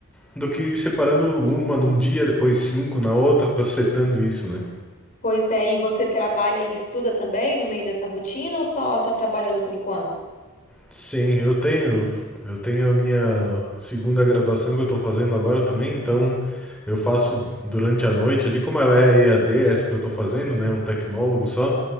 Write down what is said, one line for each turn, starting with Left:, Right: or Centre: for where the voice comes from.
Centre: do que separando uma num dia, depois cinco na outra, setando isso, né?
Left: Pois é, e você trabalha e estuda também no meio dessa rotina ou só tá trabalhando por enquanto?
Centre: Sim, eu tenho, eu tenho a minha segunda graduação que eu tô fazendo agora também, então eu faço durante a noite ali, como ela é EAD, essa que eu tô fazendo, né, um tecnólogo só.